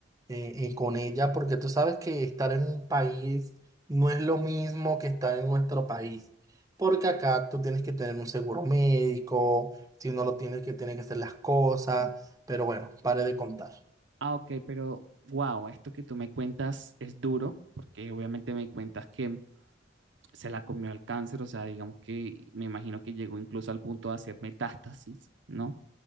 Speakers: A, on the right (about 20°); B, on the right (about 70°).
A: eh, eh, con ella, porque tú sabes que estar en un país no es lo mismo que estar en nuestro país, porque acá tú tienes que tener un seguro médico, si no lo tienes que, tiene que hacer las cosas, pero bueno, pare de contar.
B: Ah, ok, pero wow, esto que tú me cuentas es duro, porque obviamente me cuentas que se la comió el cáncer, o sea, digamos que me imagino que llegó incluso al punto de hacer metástasis, ¿no?